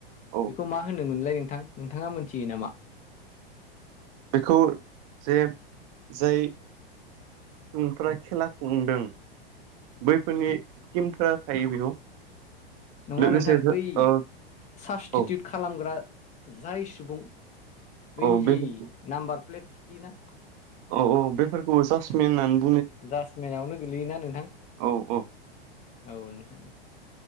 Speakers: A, on the right; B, on the left.
A: औ
B: बेखौ मा होनो मोनलाय नोंथां नोंथाङा मोनथियो नामा?
A: बेखौ जे जाय सुबुंफ्रा खेलाखौ खुंदों बैफोरनि टिमफोरा थायो बेयाव
B: नङा
A: लोगोसे
B: नोंथां बै
A: औ
B: साबस्टिटिउट
A: औ
B: खालामग्रा जाय सुबुं बेैजि
A: औ बेफोरखौ
B: नाम्बार प्लेट खिथियोना
A: औ औ बेफोरखौबो जासमिनानो होन
B: जासमेनावनो गोलैयोना नोंथां
A: औ औ
B: औ नोंथां